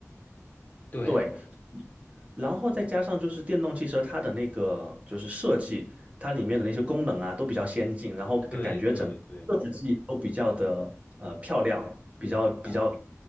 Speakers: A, on the left; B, on the right.
A: 对
B: 对，然后再加上就是电动汽车它的那个就是设计，它里面的那些功能啊都比较先进，然后感感觉整个设计都比较的呃漂亮，
A: 对对对，
B: 比较比较
A: 啊，